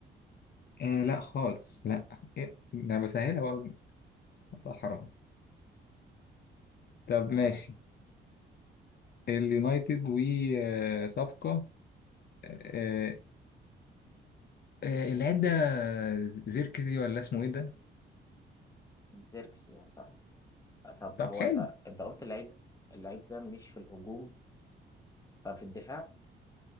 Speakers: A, on the left; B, on the left.
A: آه لا خالص لا إيه؟ ده أنا بسهلها والله والله حرام طب
B: آه
A: ماشي اليونايتد وصفقة آه آه، آه، اللاعب ده زيركزي ولا اسمه ايه ده
B: زيركسي اه صح طب
A: طب
B: هو
A: حلو
B: انت انت قلت اللعيب اللعيب ده مش في الهجوم ففي الدفاع